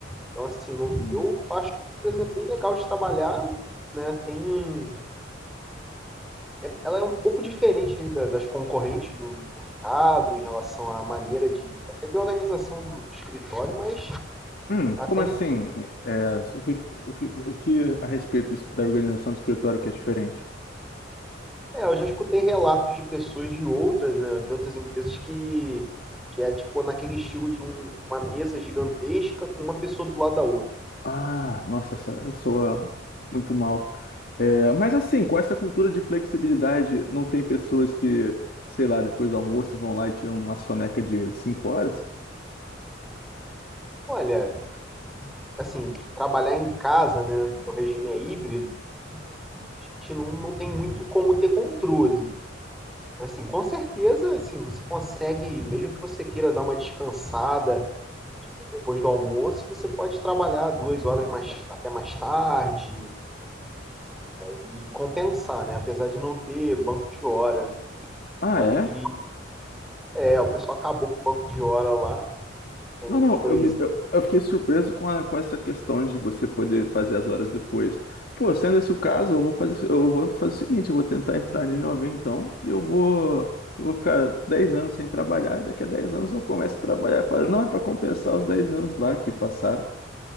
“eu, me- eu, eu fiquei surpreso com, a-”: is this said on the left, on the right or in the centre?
Left